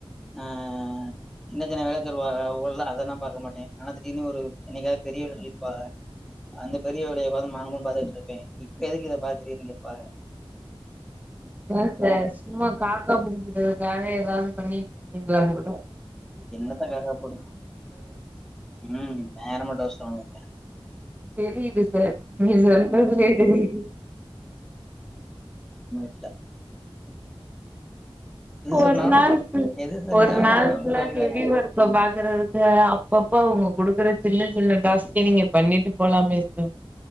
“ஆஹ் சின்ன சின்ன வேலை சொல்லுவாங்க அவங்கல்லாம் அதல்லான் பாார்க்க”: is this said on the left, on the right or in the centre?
Centre